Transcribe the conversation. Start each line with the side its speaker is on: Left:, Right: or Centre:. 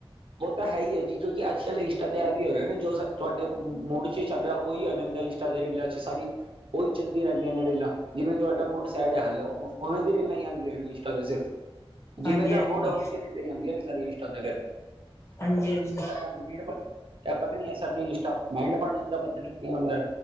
Right: ਓ ਤਾਂ ਹੈ ਈ ਐ ਜੀ ਕਿਉਂਕਿ ਆੱਜ-ਕਾੱਲ ਇੰਸਟਾ ਤੇ ਐ ਵੀ ਹੋ ਰੇਆ ਨਾ ਜੋ ਸਾ ਤੂਆਡੇ, ਮੂ ਮੂਡ ਚ ਚੱਲ ਰੇਐ, ਓਈ ਆ ਜਾਂਦਾ ਈ। ਤਾਰੇ ਰੀਲਾਂ ਚ ਸਾਰੀ ਓਈ ਚੱਲਦੀਆਂ ਰੇੰਦੀਆਂ ਨੇ ਰੀਲਾਂ। ਜਿਵੇਂ ਤੂਆਡਾ ਮੂਡ ਸੈਡ ਐ, ਹੇਲੋ ਓ ਓਵੇਂ ਦੀ ਰੀਲਾਂ ਈ ਆਂਦੀਆ ਇੰਸਟਾ ਤੇ ਸਿਰਫ।
Left: ਹਾਂਜੀ
Right: ਜਿਵੇਂ ਦਾ
Left: ਹਾਂਜੀ
Right: ਮੂਡ ਏ, ਓਵੇਂ ਦੀ ਈ ਰੀਲਾਂ ਆਂਦੀਆਂ ਨੇ ਸਾਰੀ ਇੰਸਟਾ ਤੇ ਫੇਰ।
Left: ਹਾਂਜੀ-ਹਾਂਜੀ।
Right: <inaudible> ਐ ਪਤਾ ਨੀ ਐ ਸਾਡੀ ਇੰਸਟਾ, ਮਾਈਂਡ ਪਾੱੜ ਲੈਂਦੈ ਪਤਾ ਨੀ ਕੀ ਹੁੰਦੈ,